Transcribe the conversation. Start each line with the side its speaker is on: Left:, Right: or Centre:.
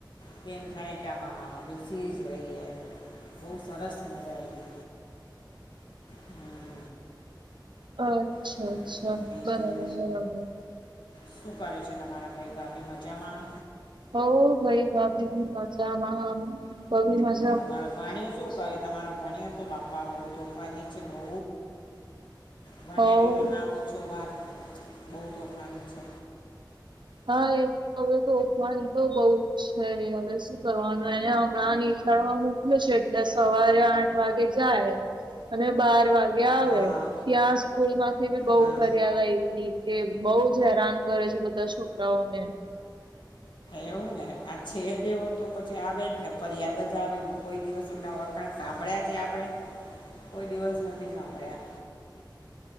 Left: કેમ એમ થાય કે આ હા હા બેસી જ રહીએ. બહુ સરસ મજા આયવી. હમ..
Right: અચ્છા
Left: હમ
Right: અચ્છા.
Left: બીજું
Right: બરાબર બરાબર.
Left: શું કરે છે તમારા ભઈ ભાભી. મજામાં?
Right: હો ભાઈ ભાભી બી મજામાં <unintelligible> મજા
Left: તમારો ભાણિયો શું કરે? તમારો ભાણિયો તો બાપા બહુ તોફાની છે બહુ ભાણિયાની
Right: હો
Left: તો ના પૂછો વાત. બહુ તોફાની છે.
Right: હા એ હવે તો તોફાની બહુ જ છે હવે શું કરવાનું. એને હમણાં નિશાળમાં મૂક્ય છે એટલે સવારે આઠ વાગે જાય, અને બાર વાગે ગે આવે.
Left: હા
Right: ત્યાં સ્કૂલ માંથી બી બહુ
Left: હા
Right: ફરિયાદ આવીતી કે બહુ જ હેરાન કરે છે બધા છોકરાઓને.
Left: એવું ને આ છે જ એવો તો પછી આવે જ ને ફરિયાદ જ આવે કોઈ દિવસ એમ ના હોય વ કંઈ સાંભળ્યા છે આપડે કોઈ દિવસ નથી સાંભળ્યા